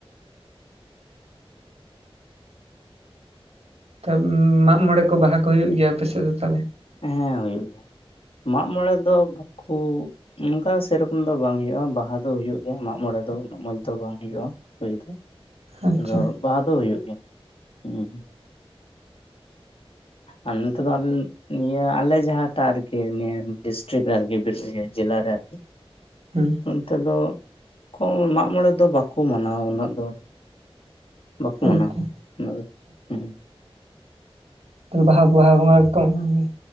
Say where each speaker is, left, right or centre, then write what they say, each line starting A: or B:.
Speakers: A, on the right; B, on the left.
A: ᱛᱟᱵ ᱢᱟᱜ ᱢᱚᱬᱮ ᱠᱚ ᱵᱟᱦᱟ ᱠᱚ ᱦᱩᱭᱩᱜ ᱜᱮᱭᱟ ᱟᱯᱮ ᱥᱮᱫ ᱫᱚ ᱛᱟᱦᱚᱞᱮ
B: ᱦᱮᱸ ᱦᱩᱭᱩᱜ ᱜᱮᱭᱟ ᱢᱟᱜ ᱢᱚᱬᱮ ᱫᱚ ᱵᱟᱠᱩ ᱚᱱᱠᱟ ᱥᱮ ᱨᱚᱠᱚᱢ ᱫᱚ ᱵᱟᱝ ᱦᱳᱭᱳᱜᱼᱟ ᱵᱟᱦᱟ ᱫᱚ ᱦᱳᱭᱳᱜ ᱜᱮᱭᱟ ᱢᱟᱜ ᱢᱚᱲᱮ ᱫᱚ ᱩᱱᱟᱹᱜ ᱢᱚᱸᱡᱽ ᱫᱚ ᱵᱟᱝ ᱦᱳᱭᱳᱜᱼᱟ ᱦᱩᱭ ᱫᱚ
A: ᱟᱪᱪᱷᱟ
B: ᱟᱫᱚ ᱵᱟᱦᱟ ᱫᱚ ᱦᱩᱭᱩᱜ ᱜᱮᱭᱟ ᱦᱩᱸ ᱟᱨ ᱱᱚᱛᱮ ᱫᱚ ᱟᱞᱮ ᱱᱤᱭᱟᱹ ᱡᱟᱦᱟᱸᱴᱟᱜ ᱨᱮᱜᱮ ᱟᱨᱠᱤ ᱱᱤᱭᱟᱹ ᱰᱤᱥᱴᱤᱨᱤᱠ ᱨᱮ ᱟᱨᱠᱤ ᱡᱮᱞᱟ ᱨᱮ ᱟᱨᱠᱤ
A: ᱦᱩᱸ
B: ᱚᱱᱛᱮ ᱫᱚ ᱠᱚ ᱢᱟᱜ ᱢᱚᱬᱮ ᱫᱚ ᱵᱟᱠᱚ ᱢᱟᱱᱟᱣᱟ ᱩᱱᱟᱹᱜ ᱫᱚ ᱵᱟᱠᱚ ᱢᱟᱱᱟᱣᱟ
A: ᱟᱪᱪᱷᱟ
B: ᱦᱮᱸ ᱚᱱᱟ ᱫᱚ ᱦᱩᱸ
A: ᱛᱚ ᱵᱟᱦᱟ ᱵᱟᱦᱟ ᱵᱚᱸᱜᱟ ᱜᱮ ᱠᱚ ᱢᱟᱱᱟᱣ ᱜᱮᱭᱟ